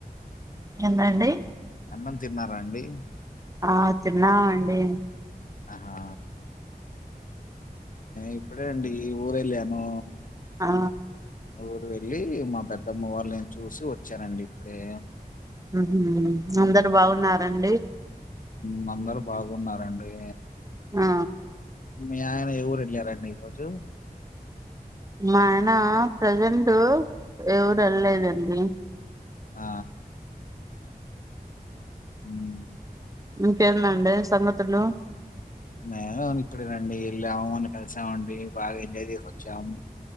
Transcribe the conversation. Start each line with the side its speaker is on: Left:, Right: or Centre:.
Right: ఎందండి
Left: అన్నం తిన్నారా అండి
Right: ఆ తిన్నామండి
Left: ఆహా ఇప్పుడే అండి ఊరు వెళ్ళాను
Right: ఆ
Left: ఊరు వెళ్ళి మా పెద్దమ్మ వాళ్ళును చూసి వచ్చానండి ఇప్పుడే
Right: మ్ అందరు బాగున్నారండి
Left: మ్ అందరు బాగున్నారండి
Right: ఆ
Left: మీ ఆయన ఎ ఊరు వెళ్లారండి ఈ రోజు
Right: మా ఆయన ప్రజెంట్ ఎ ఊరు వెళ్లలేదండి
Left: ఆ మ్
Right: ఇకేందండి సంఘతులు
Left: మేము ఇప్పుడు రండి వెళ్ళాము వాళ్ళని కలిసామండి బాగా ఎంజాయ్ చేసోచ్చాము